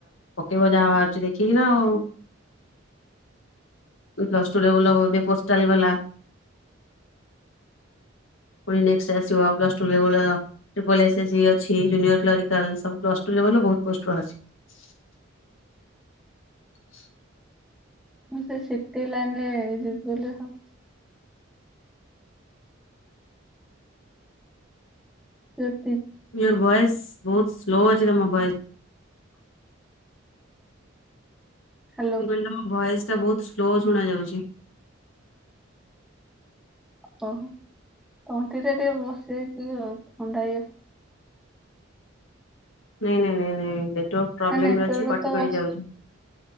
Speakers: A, on the left (about 80°); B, in the centre.
A: ପକେଇବ ଯାହା ବାହାରୁଛି ଦେଖିକିନା ଆଉ। ପ୍ଲସ୍‌ଟୁୁ ଲେବୁଲର ଏବେ ପୋଷ୍ଟାଲ ଗଲା। ପୁଣି ନେକ୍ସଟ୍ଆସିବ ପ୍ଲସ୍‌ ଟୁ। <unintelligible> ବହୁ ପୋଷ୍ଟ ର ଅଛି। <inaudible>
B: ସେ ସିଟି ଲାଇନ ରେ ଯିବ ବୋଲି ଭାବୁଛି। ହୁଁ।
A: ମୟୋର ଇୟର ଭଏସ୍ ସ୍‌ବଏସ ବହୁତ ସ୍ଲୋ ଅଛି ତମ ଭଏସ।
B: ହ୍ୟାଲୋ
A: ଗୁଲୁ ଭଏସ ଟା ବହୁତ ସ୍ଲୋ ଶୁଣାଯାଉଛି।
B: ତଣ୍ଟି ଟା ଟିକେ ବସିଯାଇଛି ଆଉଟିକେ ବସେ କିଉ ଥଣ୍ଡା।
A: ନାଇଁ ନାଇଁ ନାଇଁ ନାଇଁ ନେଟ ୱରକ ପ୍ରୋବ୍ଲେ
B: ନେଟୱାର୍କ
A: ଲେମ ଅଛି କଟି
B: ତ
A: କଟି ଯାଉଛି।